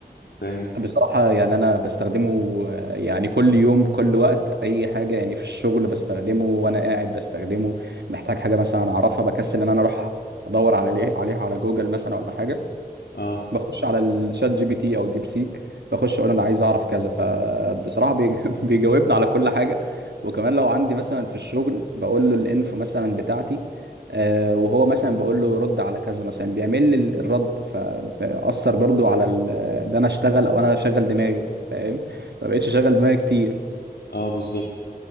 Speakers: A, on the left; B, on the right.
A: فاهم
B: بصراحة يعني أنا بستخدمه آه، يعني كل يوم كل وقت أي حاجة يعني في الشغل بستخدمه وأنا قاعد بستخدمه محتاج حاجة مثلا أعرفها بكسل إن أنا أروح أدور على عليها على جوجل مثلا ولا حاجة
A: اه
B: بخش على الشات جي بي تي او ديب سيك بخش اقول انا عايز اعرف كذا فبصراحه بيج- <laughs> بيجاوبني على كل حاجه وكمان لو عندي مثلا في الشغل بقول له الانفو مثلا بتاعتي آه، وهو مثلا بقول له رد على كذا مثلا بيعمل لي ال- الرد فبأثر برضو على ال- ان انا اشتغل او انا اشغل دماغي فاهم ما بقتش اشغل دماغي كتير
A: اه بالظبط